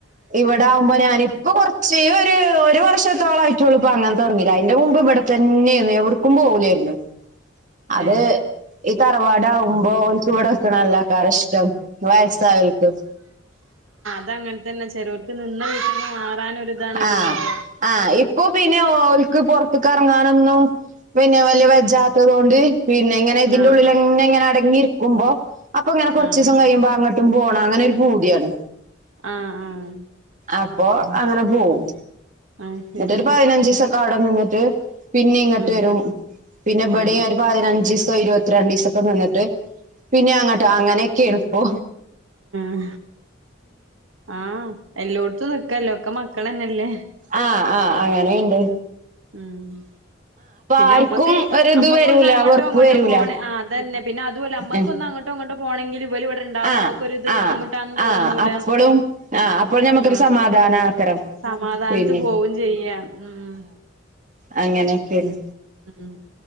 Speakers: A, on the right; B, on the right.
A: ഇവിടവുമ്പോ ഞാനിപ്പൊ കൊറച്ച ഒരു ഒരു വർഷ തോളയിട്ടുള്ളൂ ഇപ്പ അങ്ങനെ തുടങ്ങിരാ അതിന്റെ മുമ്പ് ഇവിടെത്തന്നെയായി എവിടക്കും പോവൂലായിരുന്ന് അത്
B: ഏ
A: ഈ തറവാടാകുമ്പോ ഒരു ചുവടെ വെക്കണല്ല കാര ഇഷ്ടം വയസായിട്ടും
B: അത അങ്ങനെ തന്നെ ചെലവർക്ക് നിന്ന വീട്ടിന്ന് മാറാനൊരുരിതണല്ല
A: ആഹ്
B: ഉണ്ടാവ
A: ആഹ് ഇപ്പൊ പിന്നെ ഒർക്ക് പുറത്ത് കറങ്ങ റങ്ങും പിന്നെ വലിയ വെജാത്തത് കൊണ്ട് പിന്നെ ഇങ്ങനെ ഇതിന്റെ
B: ആഹ്
A: ഉള്ളിൽങ്ങനെങ്ങിനെ അടങ്ങി ക്കുമ്പോ അപ്പൊ ഇങ്ങനെ കുറച്ച്
B: ആഹ്
A: ദിവസം കഴിയുമ്പോ അങ്ങോട്ടും പോണം അങ്ങനെ ഒരു പൂതിയാണ്
B: ആഹ് ആഹ്
A: അപ്പൊ അങ്ങനെ പോവും
B: അത് ശരി
A: എന്നിട്ടൊരു പതിനഞ്ച് ദിവസക്ക ടെനിന്നിട്ട് പിന്നെ ഇങ്ങട്ട്
B: ഉം
A: വരും പിന്നെ പടിയെ
B: ഏ
A: ഒരു പതിനഞ്ച് ദിസ്- ഇരുപത്തിരണ്ട് ദീസൊക്കെ നിന്നിട്ട് പിന്നെ അങ്ങോട്ട് അങ്ങനെയൊക്കെയാണിപ്പോ
B: മ് ആഹ് എല്ലോട്ട് നിക്കല്ലോ ഒക്കെ മക്കള് തന്നെല്ലേ
A: ആഹ് ആഹ് അങ്ങനെയ്ണ്ട്
B: ഉം പിന്നെ
A: ആർക്കും
B: അമ്മക്ക്
A: ഒരിത്
B: അമ്മക്ക്
A: വരൂല
B: ഒന്ന് അങ്ങോട്ടോ
A: വെറുപ്പ്
B: ഇങ്ങോട്ടോ
A: വരൂല
B: പോണേ ആഹ് അതന്നെ പിന്നെ അതുല്ല അമ്മക്ക്
A: ഉം
B: ഒന്ന് അങ്ങോട്ടോ ഇങ്ങോട്ടോ പോണെങ്കിലും വെല് ഇവടെ ഇണ്ടാഉമ്പൊ
A: ആഹ്
B: അമുക്കൊരു ഇത്
A: ആഹ്
B: ബുദ്ധിമുട്ടാന്ന്
A: ആഹ്
B: തോന്നൂല.
A: അപ്പളും ആഹ് അപ്പോൾ ഞമ്മക്കൊരു
B: ആഹ്
A: സമാധാനാക്കരം
B: സമാധാൻത്ത്
A: പിന്നെ
B: പോവും ചെയ്യാ ഉം
A: അങ്ങനെക്കെണ്
B: ഉം